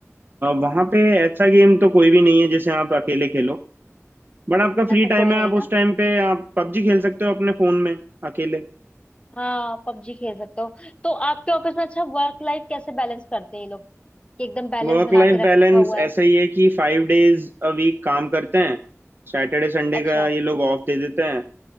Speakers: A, on the right; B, on the left.
A: वहां पे ऐसा गेम तो कोई भी नहीं है जिसे आप अकेले खेलो बट आपका
B: ऐसा
A: फ्री टाइम
B: कोई
A: है
B: नहीं
A: आप
B: ना
A: उस टाइम पे आप पबजी खेल सकते हो अपने फोन में अकेले
B: हाँ पबजी खेल सकते हो तो आपके ऑफिस में अच्छा वर्क लाइफ कैसे बैलेंस करते हैं ये लोग कि एकदम बैलेंस
A: वर्क
B: बना
A: लाइफ
B: के
A: बैलेंस
B: रखा हुआ
A: ऐसा
B: है
A: ही है कि फाइव डेज अ वीक काम करते हैं सैटरडे संडे
B: अच्छा
A: का ये लोग ऑफ दे देते हैं